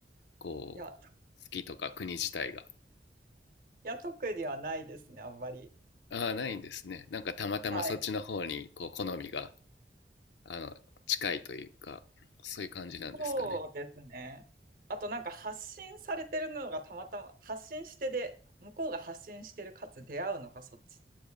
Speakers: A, on the left; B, on the right.
A: こう、
B: いや、
A: 好きとか国自体が。
B: いや特にはないですね、あんまり。
A: ああ、ないんですね。なんかたまたまそっちの方に、
B: はい。
A: こう、好みが、あの、近いというか、そういう感じなんですかね。
B: そうですね。あとなんか発信されてるのがたまたま発信してで、向こうが発信してるかつ出会うのがそっち